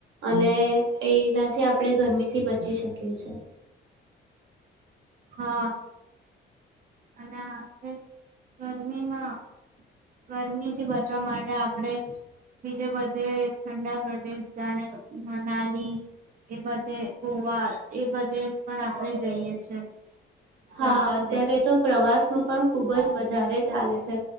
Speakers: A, on the right; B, on the right.
A: અને એનાથી આપણે ગરમીથી બચી શકીએ છે.
B: હા. અને આપે ગરમીમાં ગરમીથી બચવા માટે આપણે, બીજે બધે ઠંડા પ્રદેશ જાણે મનાલી, એ બધે ગોવા એ બધે પણ આપણે જઈએ છે. ગરમીથી
A: હા અત્યારે
B: બચવા.
A: તો પ્રવાસ નું પણ ખૂબ જ વધારે ચાલે છે.